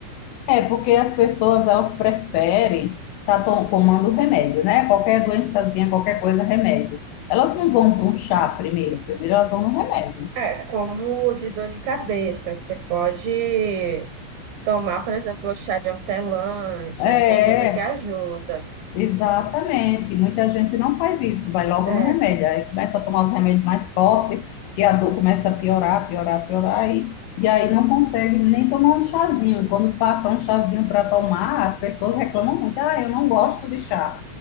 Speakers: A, on the left (about 80°); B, on the right (about 80°).
A: é porque as pessoas elas preferem estar tomando remédio, né? Qualquer doençazinha, qualquer coisa, remédio. Elas não vão para um chá primeiro, primeiro elas vão no remédio.
B: É, como de dor de cabeça, que você pode tomar, por exemplo, o chá de hortelã, chá
A: É,
B: de gengibre que ajuda.
A: exatamente. Muita gente não faz isso, vai logo
B: É,
A: no remédio. Aí começa a tomar os remédios mais fortes, porque a dor começa a piorar, piorar, piorar, e, e aí não consegue nem tomar um chazinho. E quando passa um chazinho para tomar, as pessoas reclamam muito. Ah, eu não gosto de chá.